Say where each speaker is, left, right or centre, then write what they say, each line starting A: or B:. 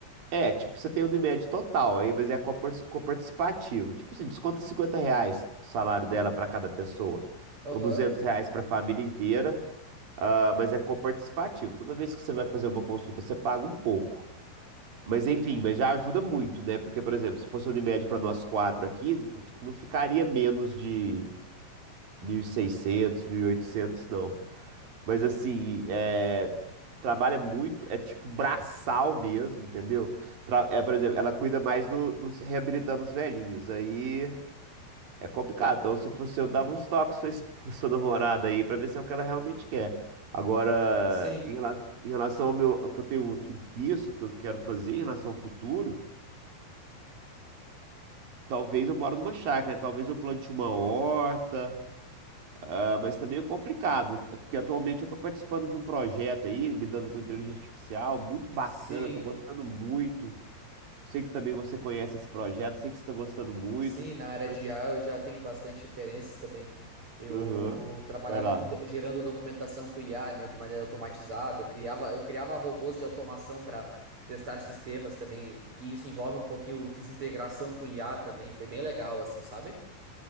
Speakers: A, on the right (about 50°); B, on the right (about 30°).
A: É, tipo, você tem o Unimed total aí, mas é copar- coparticipativo. Tipo, você desconta 50 reais do salário dela para cada pessoa.
B: Aham.
A: Então, 200 reais para a família inteira, ah, mas é coparticipativo. Toda vez que você vai fazer uma consulta, você paga um pouco. Mas, enfim, mas já ajuda muito, né? Porque, por exemplo, se fosse o Unimed para nós quatro aqui, acho que não ficaria menos de mil mil e seiscentos, mil e oitocentos, não. Mas assim, é, trabalha muito, é tipo braçal mesmo, entendeu? Tra- É, por exemplo, ela cuida mais do- dos reabilitando os velhinhos. Aí é complicado. Então, se eu fosse eu, dava uns toques pra sua, es- <laughs> pra sua namorada aí pra ver se é o que ela realmente quer. Agora,
B: Sim.
A: em rela- em relação, ao meu, ao que eu tenho aqui visto, que eu quero fazer em relação ao futuro, talvez eu moro numa chácara, né? Talvez eu plante uma horta. Ah, mas tá meio complicado, porque atualmente eu estou participando de um projeto aí, lidando com inteligência artificial, muito bacana,
B: Sim.
A: estou gostando muito. Sei que também você conhece esse projeto, sei que você está gostando muito,
B: Sim, na área
A: mas...
B: de IA eu já tenho bastante referências também. Eu
A: Uhum.
B: trabalhava
A: Vai lá.
B: com do- gerando documentação com IA, né, de maneira automatizada. Eu criava, eu criava robôs de automação para testar sistemas também. Que isso envolve um pouquinho, eu fiz integração com IA também, foi bem legal assim, sabe?